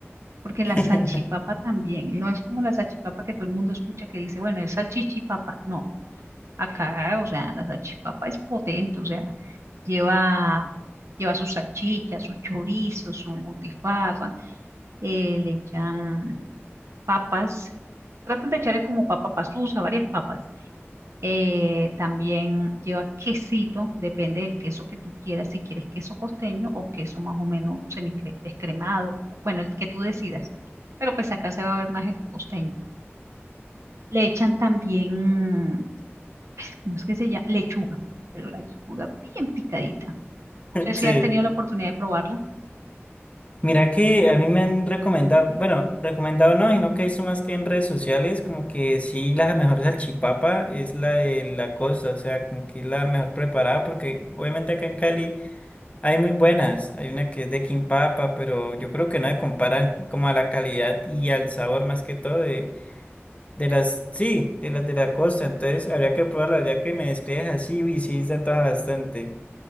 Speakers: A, on the right (about 85°); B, on the left (about 30°).
A: porque
B: <laughs>
A: la salchipapa también, no es como la salchipapa que todo el mundo escucha que dice, bueno, es salchichipapa, no, acá, o sea, la salchipapa es potente, o sea, lleva, lleva su salchicha, su chorizo, su butifarra, eh, le echan papas, tratan de echarle como papa pasusa, varias papas eh, también lleva quesito, depende del queso que tú quieras, si quieres queso costeño o queso más o menos semidescremado, bueno, el que tú decidas. Pero pues acá se va a ver más el costeño. Le echan también, ¿cómo es que se llama? Lechuga, pero la lechuga bien picadita. No sé si
B: Sí.
A: has tenido la oportunidad de probarla.
B: Mira que a mí me han recomendado, bueno, recomendado no, sino que eso más que en redes sociales, como que sí, la mejor salchipapa es la de la costa, o sea, como que es la mejor preparada, porque obviamente acá en Cali hay muy buenas, hay una que es de Quimpapa, pero yo creo que no se comparan <laughs> como a la calidad y al sabor más que todo de, de las, sí, de las de la costa, entonces habría que probarla, ya que me describes así, uy, sí, se antoja bastante.